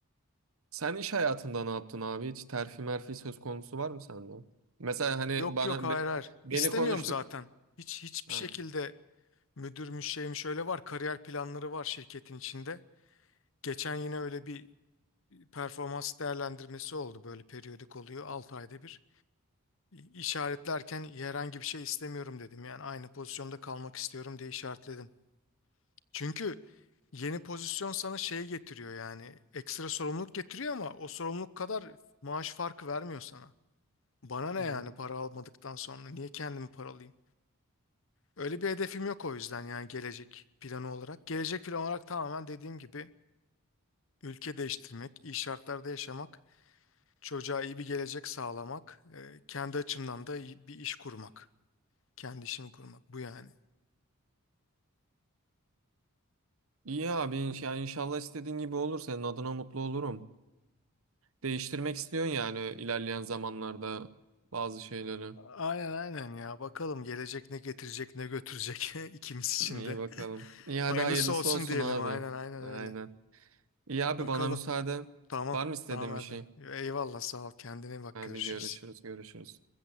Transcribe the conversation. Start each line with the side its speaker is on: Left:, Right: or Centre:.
Right: Sen iş hayatında ne yaptın abi? Hiç terfi merfi söz konusu var mı sende? Mesela hani
Left: Yok
Right: bana
Left: yok hayır
Right: be-
Left: hayır.
Right: beni
Left: İstemiyorum
Right: konuştuk.
Left: zaten. Hiç hiçbir
Right: Ha.
Left: şekilde müdürmüş şeymiş öyle var. Kariyer planları var şirketin içinde. Geçen yine öyle bir e, performans değerlendirmesi oldu. Böyle periyodik oluyor 6 ayda bir. İşaretlerken herhangi bir şey istemiyorum dedim. Yani aynı pozisyonda kalmak istiyorum diye işaretledim. Çünkü Yeni pozisyon sana şey getiriyor yani ekstra sorumluluk getiriyor ama o sorumluluk kadar maaş farkı vermiyor sana. Bana ne
Right: Hmm.
Left: yani para almadıktan sonra niye kendimi paralayayım? Öyle bir hedefim yok o yüzden yani gelecek planı olarak. Gelecek planı olarak tamamen dediğim gibi ülke değiştirmek, iyi şartlarda yaşamak, çocuğa iyi bir gelecek sağlamak, e, kendi açımdan da iyi bir iş kurmak, kendi işimi kurmak bu yani.
Right: İyi abi inş- ya inşallah istediğin gibi olur. Senin adına mutlu olurum. Değiştirmek istiyorsun yani ilerleyen zamanlarda bazı şeyleri.
Left: Aynen aynen ya bakalım gelecek ne getirecek ne götürecek <laughs> ikimiz için
Right: İyi
Left: de.
Right: bakalım. İyi hadi
Left: Hayırlısı
Right: hayırlısı
Left: olsun
Right: olsun
Left: diyelim.
Right: abi.
Left: Aynen aynen
Right: Aynen.
Left: öyle.
Right: İyi abi
Left: Bakalım.
Right: bana müsaade.
Left: Tamam.
Right: Var mı istediğin
Left: Tamam
Right: bir
Left: Erdem.
Right: şey?
Left: Eyvallah sağ ol. Kendine iyi bak
Right: Hadi
Left: görüşürüz.
Right: görüşürüz görüşürüz.